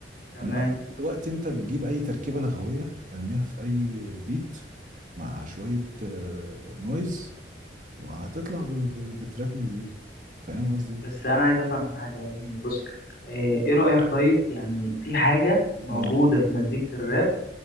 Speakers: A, on the left; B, on the right.
A: تمام
B: انما دلوقتي انت بتجيب اي تركيبه لغويه ارميها في اي بيت مع شويه آه، نويز وهتطلع ب... ب- بتراك مزيكا فاهم قصدي إيه؟
A: بس انا عايز افهم حاجه يا زميلي بص ايه إيه رايك طيب يعني في حاجه موجوده
B: اه
A: في مزيكه الراب